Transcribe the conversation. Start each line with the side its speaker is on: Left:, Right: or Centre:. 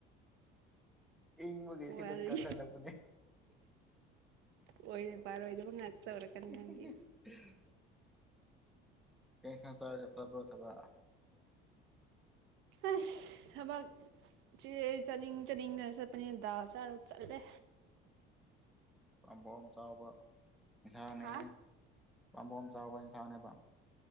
Centre: ꯏꯪ ꯃꯒꯦꯁꯤ
Right: ꯋꯥꯔꯤ
Centre: ꯙꯛꯀꯥ ꯈꯂꯄꯅꯦ
Right: ꯑꯣꯏꯔ ꯄꯥꯔꯣꯏꯗꯕ ꯉꯥꯛꯇ
Centre: <unintelligible>
Right: ꯇꯧꯔꯛꯀꯅꯤ ꯅꯪꯗꯤ
Centre: ꯀ ꯍ ꯆꯥꯒ ꯆꯥꯄ ꯊꯕ
Right: ꯑꯁ ꯊꯕꯥꯛ ꯆꯦ ꯆꯥꯅꯤꯡ ꯆꯥꯅꯤꯡꯗꯅ ꯆꯠꯄꯅꯦꯅ ꯗꯥꯜ ꯆꯥꯔꯒ ꯆꯠꯂꯦ
Centre: ꯄꯝꯕꯣꯝ ꯆꯥꯎꯕ ꯁꯥꯅꯦ
Right: ꯍꯥ
Centre: ꯄꯝꯕꯝ ꯆꯥꯎꯕ ꯏꯟꯁꯥꯟꯅꯦꯕ